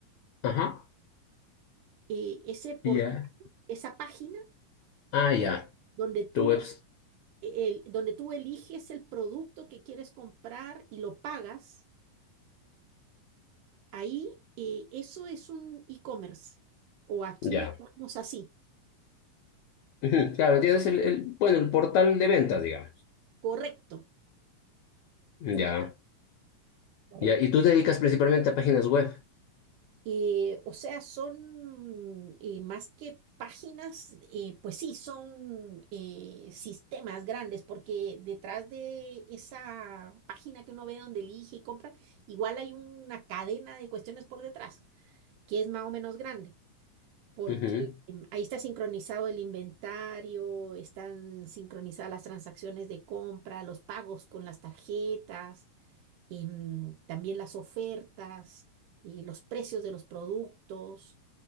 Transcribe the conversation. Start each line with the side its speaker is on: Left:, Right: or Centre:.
Left: Ajá.
Right: Eh, ese portal,
Left: Ya.
Right: esa página
Left: Ah, ya.
Right: donde tú,
Left: Tu web.
Right: el, donde tú eliges el producto que quieres comprar y lo pagas, ahí eh, eso es un e-commerce. O aquí
Left: Ya.
Right: le llamamos así.
Left: Ujú, Claro, entiendo, el, el- bueno, el portal de ventas, digamos.
Right: Correcto.
Left: Ya.
Right: Correcto.
Left: Ya. Y tú te dedicas principalmente a páginas web.
Right: Eh, o sea, son eh, más que páginas, eh, pues sí, son eh, sistemas grandes, porque detrás de esa página que uno ve donde elige y compra, igual hay una cadena de cuestiones por detrás, que es más o menos grande, porque
Left: Ujú.
Right: em, ahí está sincronizado el inventario, están sincronizadas las transacciones de compra, los pagos con las tarjetas em, también las ofertas, eh, los precios de los productos,